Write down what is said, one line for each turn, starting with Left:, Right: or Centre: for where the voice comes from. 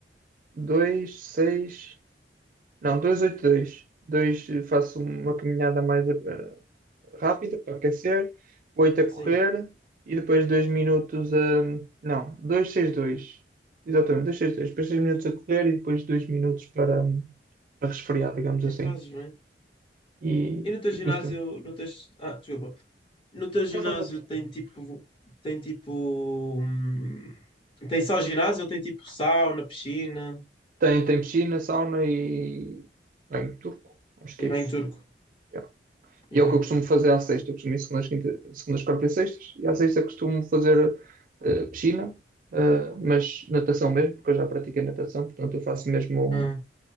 Right: dois, seis, não, dois, oito, dois. Dois eh, faço uma caminhada mais eh, rápida para aquecer, oito a
Left: Sim,
Right: correr e depois dois minutos a. Não, dois, seis, dois. Exatamente, dois, seis, dois. Depois seis minutos a correr e depois dois minutos para, hum, para resfriar, digamos
Left: não
Right: assim.
Left: fazes bem.
Right: e,
Left: E no teu
Right: e
Left: ginásio,
Right: custa.
Left: no teu... Ah, desculpa. No teu ginásio
Right: Não faz nada.
Left: tem tipo. Tem tipo. hum, Tem só ginásio ou tem tipo sauna, piscina
Right: Tem, tem piscina, sauna e bem, turco. Acho que
Left: e
Right: é
Left: banho
Right: isso.
Left: turco?
Right: Yeah.
Left: Yeah.
Right: E é o que eu costumo fazer à sexta. Eu costumo ir segundas, quinta, segundas, quartas e sextas. E à sexta costumo fazer eh, piscina, eh, mas natação mesmo, porque eu já pratiquei natação. Portanto, eu faço mesmo,
Left: Ah,